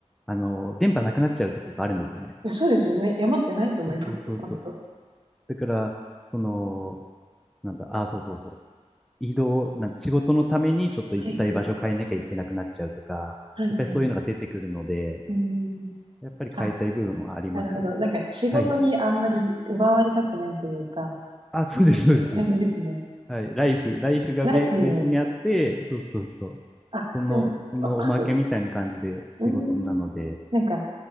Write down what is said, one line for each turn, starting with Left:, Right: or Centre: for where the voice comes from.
Centre: あの、電波なくなっちゃうところがあるんですよね。
Right: いや、そうですよね。山ってないと思います、
Centre: そうそうそうそう。
Right: 本当。
Centre: だから、その、なんだ、あ、そうそうそう。移動、なん、仕事のためにちょっと行きたい場所を変えなきゃいけなくなっちゃうとか、
Right: はい、はい、はい、
Centre: やっぱりそういうのが出てくるので、
Right: はい。うん。
Centre: やっぱり変えたい部分はありますよね。
Right: あ、なるほど。なんか仕事にあんまり奪われたくないというか、
Centre: はい。あ、そうです、
Right: そういう感じですね。
Centre: そうです、そうです。はい。ライフ、ライフがベ、
Right: ナイフを、
Centre: ベースにあって、そうそうそう。
Right: あ、
Centre: その、
Right: でも、
Centre: そのおまけみたいな感じで仕事なので、
Right: わかる。うーん。なんか、